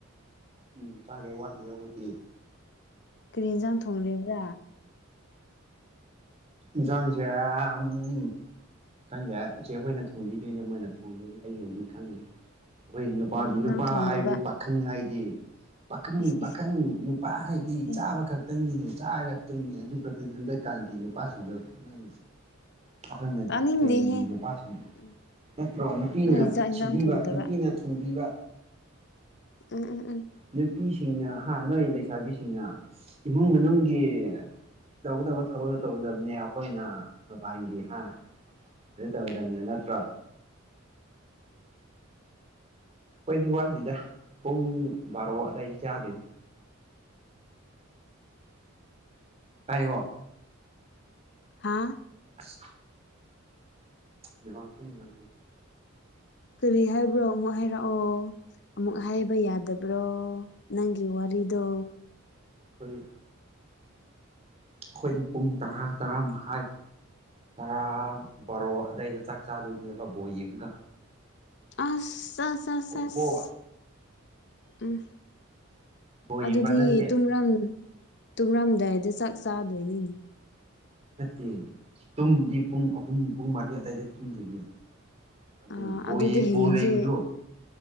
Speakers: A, on the right; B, on the left.
A: ꯎꯝ ꯆꯥꯗꯧ ꯋꯥꯠꯂꯤꯕ ꯈꯣꯏꯗꯤ
B: ꯀꯔꯤ ꯏꯟꯖꯥꯡ ꯊꯣꯡꯂꯤꯕ꯭ꯔꯥ
A: ꯏꯟꯖꯡꯁꯦ ꯎꯝ ꯈꯪꯗꯦ ꯏꯆꯦ ꯑꯩꯈꯣꯏꯅ ꯊꯣꯡꯕꯤꯗꯣꯏꯅꯦ ꯃꯣꯏꯅ ꯊꯣꯡꯕꯤꯅꯤ ꯑꯩꯅꯗꯤ ꯈꯪꯗꯦ ꯃꯣꯏ ꯅꯨꯞ ꯅꯨꯄꯥꯗꯤ
B: ꯎꯝ
A: ꯅꯨꯄꯥ
B: ꯅꯪ ꯊꯣꯡꯗꯕ
A: ꯍꯥꯏꯕꯗꯤ ꯄꯥꯈꯪ ꯍꯥꯏꯗꯤ ꯄꯥꯈꯪ
B: ꯏꯁ
A: ꯄꯥꯈꯪ
B: ꯏꯁ
A: ꯅꯨꯄꯥ ꯍꯥꯏꯗꯤ
B: ꯏ
A: ꯆꯥꯕ ꯈꯛꯇꯪꯒꯤꯅꯦ ꯆꯥꯔꯒ ꯇꯨꯝꯃꯦ ꯑꯗꯨ ꯈꯛꯇꯪ ꯍꯟꯗꯛꯀꯥꯟꯒꯤ ꯅꯨꯄꯥꯁꯤꯡꯗꯣ ꯅꯪ ꯑꯩꯈꯣꯏꯅ
B: ꯇꯥꯅꯤꯡꯗꯦꯍꯦ
A: ꯀꯩꯒꯤ ꯅꯨꯄꯥꯁꯤꯡ
B: ꯎꯝ ꯎꯝ
A: ꯅꯠꯇ꯭ꯔꯣ ꯅꯨꯄꯤꯅ
B: ꯅꯣꯏ ꯆꯥꯛ ꯏꯟꯁꯥꯡ
A: ꯁꯤꯟꯕꯤꯕ
B: ꯊꯣꯡꯗꯕ
A: ꯅꯨꯄꯤꯅ ꯊꯣꯡꯕꯤꯕ
B: ꯎꯝ ꯎꯝ ꯎꯝ
A: ꯅꯨꯄꯤꯁꯤꯡꯅ ꯍꯥ ꯅꯣꯏ ꯂꯩꯁꯥꯕꯤꯁꯤꯡꯅ ꯏꯃꯨꯡ ꯃꯅꯨꯡꯒꯤ ꯇꯧꯒꯗꯕ ꯊꯕꯛꯇꯣ ꯇꯧꯒꯗꯕꯅꯦ ꯑꯩꯈꯣꯏꯅ ꯃꯄꯥꯟꯒꯤ ꯍꯥ ꯗꯨ ꯇꯧꯒꯗꯕꯅꯦ ꯅꯠꯇ꯭ꯔꯣ ꯑꯩꯈꯣꯏꯗꯤ ꯋꯥꯠꯂꯤꯗ ꯄꯨꯡ ꯕꯥꯔꯣ ꯑꯗꯋꯥꯏꯗ ꯆꯥꯗꯣꯏꯅꯤ <unintelligible>
B: ꯍꯥꯥ
A: ꯑꯁ ꯅꯦꯠꯋꯥꯛ ꯁꯦ ꯅꯨꯉꯥꯏꯇꯦ꯫
B: ꯀꯔꯤ ꯍꯥꯏꯕ꯭ꯔꯣ ꯑꯃꯨꯛ ꯍꯥꯏꯔꯛꯑꯣ ꯑꯃꯨꯛ ꯍꯥꯏꯕ ꯌꯥꯗꯕ꯭ꯔꯣ ꯅꯪꯒꯤ ꯋꯥꯔꯤꯗꯣ
A: ꯑꯩꯈꯣꯏꯒꯤ ꯑꯩꯈꯣꯏꯗꯤ ꯄꯨꯡ ꯇꯔꯥ ꯇꯔꯥꯃꯥꯈꯥꯏ ꯇꯔꯥ ꯕꯥꯔꯣ ꯑꯗꯥꯏꯗ ꯆꯥꯛ ꯆꯥꯗꯣꯏꯅꯦꯕ ꯕꯣ ꯌꯦꯡꯉꯥꯒ
B: ꯑꯁ <unintelligible>
A: ꯄꯣ
B: ꯎꯝ
A: ꯕꯣꯜ ꯌꯦꯡꯕ꯭ꯔꯥ
B: ꯑꯗꯨꯗꯤ
A: ꯅꯪꯗꯤ
B: ꯇꯨꯝꯔꯝ ꯇꯨꯝꯔꯝꯗꯥꯏꯗ ꯆꯥꯛ ꯆꯥꯗꯣꯏꯅꯤꯅꯦ
A: ꯅꯠꯇꯦ ꯇꯨꯝꯕꯗꯤ ꯄꯨꯡ ꯑꯍꯨꯝ ꯄꯨꯡ ꯃꯥꯔꯤ ꯑꯗꯋꯥꯏꯗ ꯇꯨꯝꯗꯣꯏꯅꯤ ꯑꯗꯨ
B: ꯑ
A: ꯕꯣ
B: ꯑꯗꯨꯗꯤ
A: ꯌꯤ
B: ꯍꯌꯦꯡꯁꯦ
A: ꯕꯣꯜ ꯂꯩꯕꯗꯣ